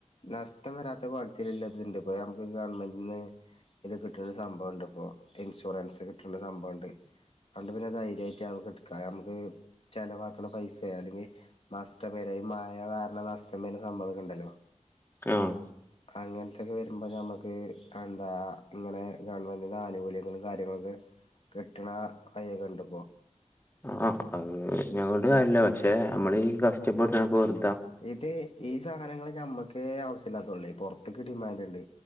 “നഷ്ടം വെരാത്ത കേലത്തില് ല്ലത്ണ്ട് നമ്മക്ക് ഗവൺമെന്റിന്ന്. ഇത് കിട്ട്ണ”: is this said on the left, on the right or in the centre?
Left